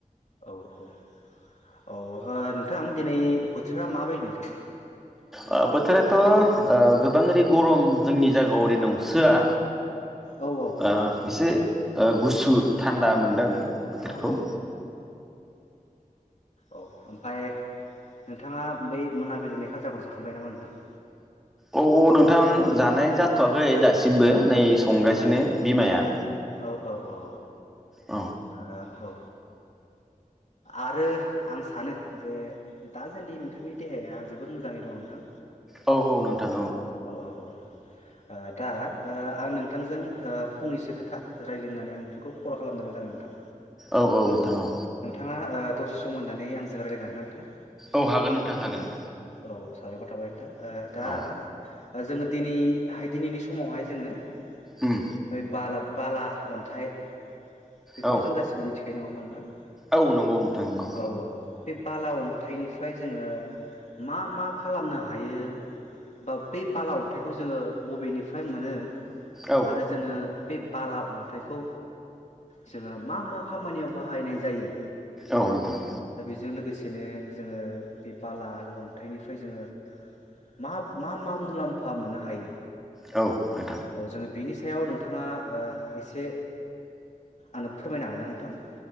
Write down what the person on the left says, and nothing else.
औ औ औ ओ नोंथां दिनै बोथोरा माबायदि नोंथां
औ औ
औ औ औ ओमफ्राय नोंथाङा बै मोनाबिलिनि खाजाखौ जाखांबाय नामा नोंथां?
औ
औ औ औ ओ
औ ओ आरो आं सानो जे दासान्दि नोंथांनि देहाया जोबोर मोजाङै दङ' नोंथां।
औ औ औ ओ दा ओ आं नों थांजों ओ फंनैसो खोथा रायलायनोनानै आं नोंथांखौ खल खालामदोंमोन आरो नोंथां।
नोंथाङा ओ दसे सम होनानै आंजों रायलायनो हागोन ना नोंथां?
औ साबायखर थाबाय नोंथां ओ दा
जोङो दिनैहाय दिनैनि समावहाय जोङो
<unintelligible> बाला अन्थाइ बेखौथ'
जों गासिबो मिथिखायो नङा होमबा <inaudible>
औ औ बे बाला अन्थाइनिफ्राय जोङो मा मा खालामनो हायो बा बे बाला अन्थाइखौ जोङो बबेनिफ्राय मोनो?
आरो जोङो बे बाला अन्थाइखौ जोङो मा मा खामानियाव बाहायनाय जायो?
जों लोगोसेनो जोङो बे बाला आरो अन्थाइनिफ्राय जोङो मा मा मा मुलाम्फा मोननो हायो?
औ जोङो बेनि सायाव नोंथाङा ओ एसे आंनो फोरमायनो हागोन ना नोंथां?